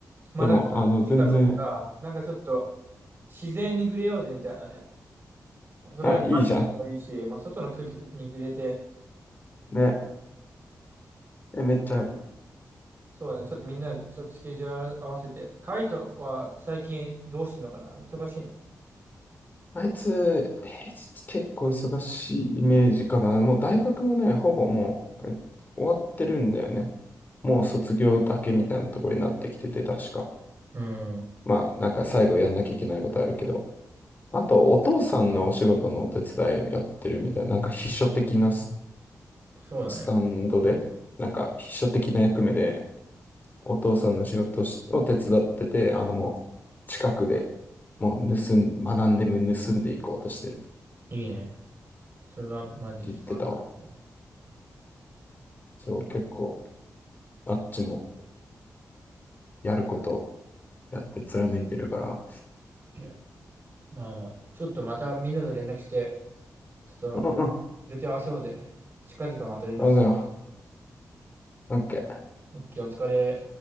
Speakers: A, on the right; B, on the left.
A: まあ、
B: でも、
A: だから、ちょっといいかどうか、
B: あの、全然、
A: なんかちょっと、自然に触れようぜみたいなね。それがバーベキューでもいいし、
B: あ、いいじゃん。
A: まあ、外の空気に触れて、
B: ね。え、めっちゃあり。
A: そうだね。ちょっとみんな、ちょっとスケジュール合わせて。カイトは最近どうしてんのかな忙しいの
B: あいつ、平日結構忙しいイメージかな。もう大学もね、ほぼもう、え終わってるんだよね。もう卒業だけみたいなところになってきてて、確か。
A: うんうん、
B: まあ、なんか最後やんなきゃいけないことあるけど。あと、お父さんのお仕事のお手伝いやってるみたいな、なんか秘書的なス、
A: そうだね。
B: スタンドで、なんか秘書的な役目で、お父さんの仕事を手伝ってて、あのもう近くでもう盗ん、学んでも盗んでいこうとしてるって
A: いいね。それがマジスマートだと思
B: 言ってたわ。そう、結構あっちもやることやって貫いてるから。
A: う。OK まあまあ、ちょっとまたみんなと連絡して、ちょっと
B: うんうん。
A: 予定合わせようぜ。近々また連絡
B: あ、じゃあ、OK。
A: オッケー、お疲れ。